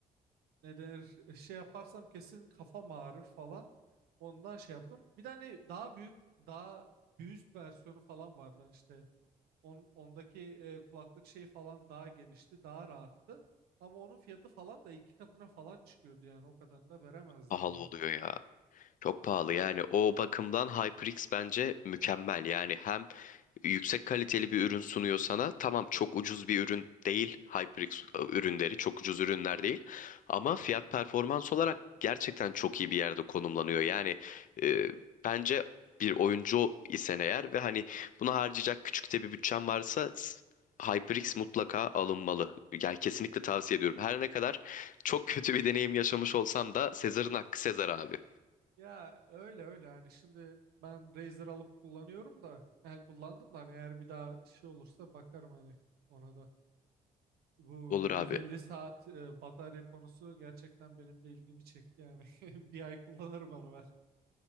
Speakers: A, on the right; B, on the left.
A: ne denir e, şey yaparsam kesin kafam ağrır falan ondan şey yaptım bir de hani daha büyük daha bir üst versiyonu falan vardı hani işte On, ondaki e, kulaklık şey falan daha genişti, daha rahattı. Ama onun fiyatı falan da iki katına falan çıkıyordu yani o kadarını da veremezdim
B: Pahalı
A: yani.
B: oluyor ya. Çok pahalı yani o bakımdan HyperX bence mükemmel yani hem yüksek kaliteli bir ürün sunuyor sana tamam çok ucuz bir ürün değil HyperX e, ürünleri çok ucuz ürünler değil ama fiyat performans olarak gerçekten çok iyi bir yerde konumlanıyor yani e, bence bir oyuncu isen eğer ve hani buna harcayacak küçük de bir bütçen varsa s- HyperX mutlaka alınmalı. Yani kesinlikle tavsiye ediyorum. Her ne kadar çok kötü bir deneyim yaşamış olsam da Sezar'ın hakkı Sezar abi.
A: Ya öyle öyle yani şimdi ben Razer alıp kullanıyorum da yani kullandım da hani eğer bir daha şey olursa bakarım hani ona da. Bu
B: Olur
A: 150
B: abi.
A: saat e, batarya konusu gerçekten benim de ilgimi çekti yani. <laughs> Bir ay kullanırım onu ben.